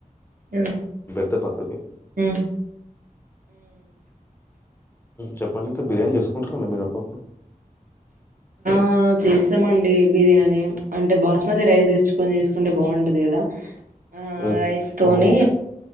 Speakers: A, on the right; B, on the left.
A: ఆ
B: అంత పక్కకి
A: ఆ
B: చెప్పండి ఇంకా బిర్యానీ చేసుకుంటారండి మీనప్పప్పుడు
A: ఆ చేస్తామండి బిర్యానీ అంటే బాస్మతి రైస్ తెచ్చుకొని చేసుకుంటే బాగుంటది కదా ఆ
B: ఉమ్,
A: రైస్ తోని
B: అవును